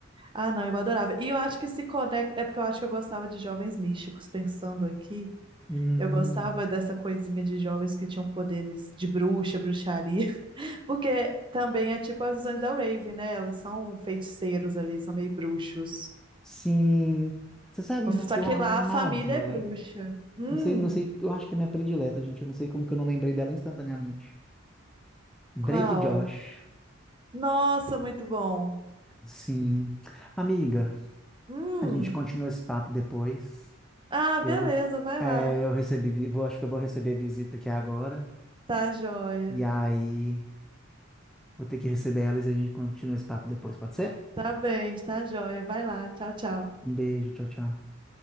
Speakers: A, on the right; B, in the centre.
A: Ah, não, eu adorava. E eu acho que se conecta, é porque eu acho que eu gostava de jovens místicos, pensando aqui.
B: Hum,
A: Eu gostava dessa coisinha de jovens que tinham poderes de bruxa, bruxaria, <laughs> porque também é tipo as visões da Raven, né? Elas são feiticeiros ali, são meio bruxos.
B: sim. Você sabe uma que
A: Só que
B: eu amava?
A: lá a família é bruxa. Hum,
B: Não sei, não sei, eu acho que é minha predileta, gente. Eu não sei como que eu não lembrei dela instantaneamente. Drake
A: qual?
B: Josh.
A: Nossa, muito bom.
B: Sim. Amiga,
A: Hum.
B: a gente continua esse papo depois.
A: Ah, beleza,
B: Eu,
A: vai
B: é,
A: lá.
B: eu recebi, vi- vou, acho que eu vou receber visita aqui agora.
A: Tá joia.
B: E aí, vou ter que receber elas e a gente continua esse papo depois, pode ser?
A: Tá bem, tá joia. Vai lá. Tchau, tchau.
B: Um beijo, tchau, tchau.